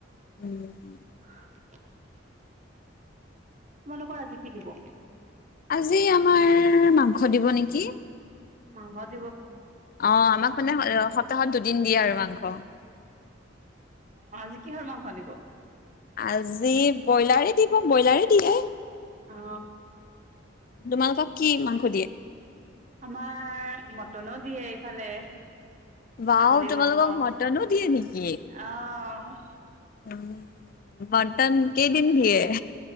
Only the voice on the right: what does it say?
<unintelligible> তোমালোকৰ আজি কি দিব?
মাংসত
অ আজি কিহৰ মাংস দিব।
অ।
আমাৰ মটনো দিয়ে এইফালে।
ছাগলীৰ
মাংস।
অ'